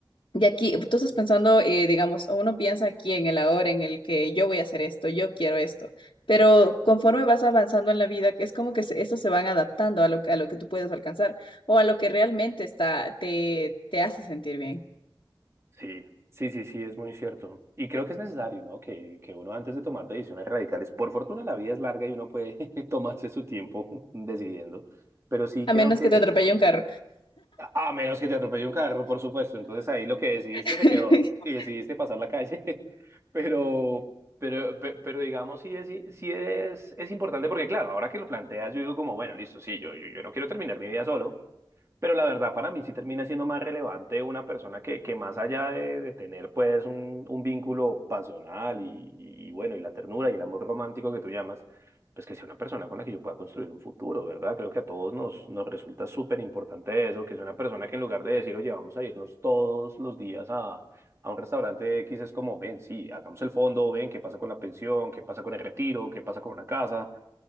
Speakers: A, on the left; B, on the right.
A: y aquí, tú estás pensando, eh, digamos, uno piensa aquí en el ahora, en el que yo voy a hacer esto, yo quiero esto, pero conforme vas avanzando en la vida, es como que se- estos se van adaptando a lo, que- a lo que tú puedes alcanzar o a lo que realmente está, te, te hace sentir bien,
B: Sí, sí, sí, sí, es muy cierto. Y creo que es necesario, ¿no? Que, que uno antes de tomar decisiones radicales, por fortuna la vida es larga y uno puede <laughs> tomarse su tiempo <laughs> decidiendo, pero sí
A: a
B: creo
A: menos
B: que
A: que te atropelle
B: es-
A: un carro.
B: A a menos que te atropelle un carro, por supuesto. Entonces ahí lo que decidiste
A: <laughs>
B: se quedó y decidiste pasar la calle. <laughs> Pero, pero, pe- pero, digamos, sí es, sí sí es, es importante porque, claro, ahora que lo planteas, yo digo como, bueno, listo, sí, yo, yo, yo no quiero terminar mi vida solo, pero la verdad, para mí sí termina siendo más relevante una persona que, que más allá de, de tener pues un, un vínculo pasional y, y bueno, y la ternura y el amor romántico que tú llamas, pues que sea una persona con la que yo pueda construir un futuro, ¿verdad? Creo que a todos nos, nos resulta súper importante eso, que sea una persona que en lugar de decir, oye, vamos a irnos todos los días a, a un restaurante X, es como, ven, sí, hagamos el fondo, ven, qué pasa con la pensión, qué pasa con el retiro, qué pasa con una casa